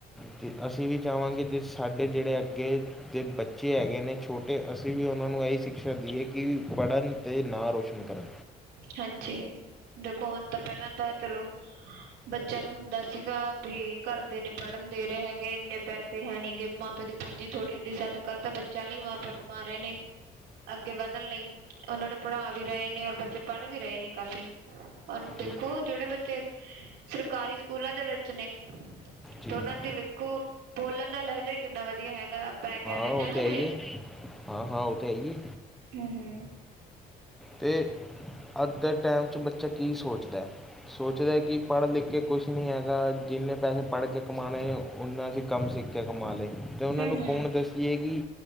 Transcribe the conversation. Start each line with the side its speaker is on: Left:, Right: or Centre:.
Centre: ਅਤੇ ਅਸੀਂ ਵੀ ਚਾਹਵਾਂਗੇ ਜੇ ਸਾਡੇ ਜਿਹੜੇ ਅੱਗੇ ਦੇ ਬੱਚੇ ਹੈਗੇ ਨੇ ਛੋਟੇ ਅ ਅਸੀਂ ਵੀ ਉਹਨਾਂ ਨੂੰ ਇਹੀ ਸਿਕਸ਼ਾ ਦੇਈਏ ਕਿ ਪੜ੍ਹਨ ਅਤੇ ਨਾਂ ਰੋਸ਼ਨ ਕਰਨ
Right: ਹਾਂਜੀ ਦੇਖੋ ਹੁਣ ਤਾਂ ਪਹਿਲਾਂ ਤਾਂ ਚਲੋ ਬੱਚਿਆਂ ਨੂੰ ਹੁੰਦਾ ਸੀਗਾ ਵੀ ਘਰਦੇ ਨੀ ਪੜਨ ਦੇ ਰਹੇ ਹੈਗੇ। ਇੰਨੇ ਪੈਸੇ ਹੈ ਨੀ ਕੇ ਮਾਪੇ ਦੀ ਪੂੰਜੀ ਥੋੜੀ ਹੁੰਦੀ ਸੀ। ਅੱਜ ਕੱਲ ਤਾਂ ਬੱਚ ਚਾਲੀ ਮਾਂ ਪਿਓ ਕਮਾ ਰਹੇ ਨੇ ਅੱਗੇ ਵਧਨ ਲਈ ਉਨਾਂ ਨੂੰ ਪੜ੍ਹਾ ਵੀ ਰਹੇ ਨੇ। ਔਰ ਬੱਚੇ ਪੜ ਵੀ ਰਹੇ ਨੇ ਕਾਫੀ ਦੇਖੋ
Centre: ਜੀ।
Right: ਜੇੜੇ ਬੱਚੇ ਸਰਕਾਰੀ ਸਕੂਲਾਂ ਦੇ ਵਿੱਚ ਨੇ।
Centre: ਜੀ
Right: ਤੇ
Centre: ਜੀ
Right: ਉਨਾਂ ਦੇ ਵੇਖੋ ਬੋਲਨ ਦਾ ਲਹਿਜਾ ਹੀ ਕਿੰਨਾ ਵਧੀਆ ਹੈਗਾ। ਆਪਾਂ ਕਹਿ ਰਹੇ
Centre: ਹਾਂ ਔਹ
Right: ਨੇ ਨਾ
Centre: ਤਾਂ ਆਈਏ
Right: ਵੀ
Centre: ਹਾਂ ਹਾਂ ਉਹ ਤਾਂ ਆਈਏ
Right: ਕਿਆ ਹੈ।
Centre: ਤੇ ਅੱਜ ਦੇ ਟੈਮ ਚ ਬੱਚਾ ਕੀ ਸੋਚਦਾ, ਸੋਚਦਾ ਕਿ ਪੜ੍ਹ ਲਿਖ ਕੇ ਕੁਛ ਨਹੀਂ ਹੈਗਾ। ਜਿੰਨੇ ਪੈਸੇ ਪੜ ਕੇ ਕਮਾਨੇ ਉੇਨਾ ਅਸੀ ਕੰਮ ਸਿੱਖ ਕੇ ਕਮਾ ਲਏ। ਤੇ ਉਨਾਂ
Right: ਹੂੰ
Centre: ਨੂੰ
Right: ਹੂੰ
Centre: ਕੌਨ ਦੱਸੀਏ ਕਿ